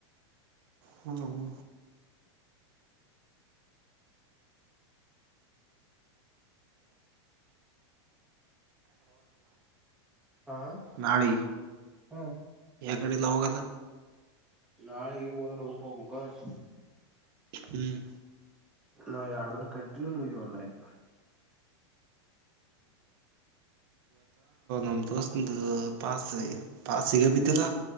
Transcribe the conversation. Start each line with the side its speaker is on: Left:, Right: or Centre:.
Right: ಹ್ಮ್
Centre: ಹಾ
Right: ನಾಳೆಗಿ
Centre: ಹ್ಮ್
Right: ಗಡಿ ಲೌೋಗದ
Centre: ನಾಳೆ ಇ ಹದ್ರ ಒಳಕ್ ಹೋಗಬೇಕಬೇಕ
Right: ಹ್ಮ್
Centre: ನಾ ಎರ ದಿನ ಕಂಟಿನ್ಯೂ ಮು್ದ್ವಿ ಒಂಗಡ ಆಯ್ತು
Right: ನಮ ದೋಸ್ ಪಸ್ ಪಾಸ್ ಸಿಗ ಬಿದ್ದರ